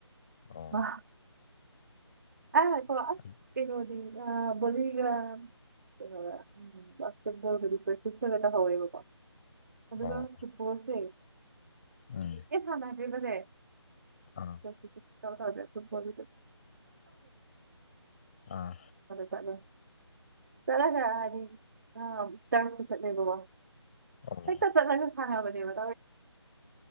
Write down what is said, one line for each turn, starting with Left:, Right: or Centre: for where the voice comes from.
Left: ꯑꯣ
Right: ꯃꯥꯍ ꯑ
Left: ꯑꯩ
Right: <inaudible> ꯎꯗꯤꯔꯦꯁꯁꯦ ꯍꯕꯣꯀꯣ ꯑꯗꯨꯒ
Left: ꯑꯣ
Right: ꯐꯨꯠꯕꯣꯆꯜꯁꯦ
Left: ꯎꯝ
Right: ꯑꯦ ꯁꯥꯟꯅꯗ꯭ꯔꯤꯕꯅꯦ
Left: ꯑꯥ
Right: ꯆ ꯆꯣ ꯆꯅꯦ ꯀꯔꯤꯅꯣ
Left: ꯑꯥ
Right: ꯆꯂꯦ ꯆꯂꯒꯅꯤ ꯆ ꯆꯠꯦꯕꯕꯥ
Left: ꯑꯣ
Right: ꯍꯛꯇ ꯆ ꯆꯒ ꯊꯉꯕꯅꯤꯕ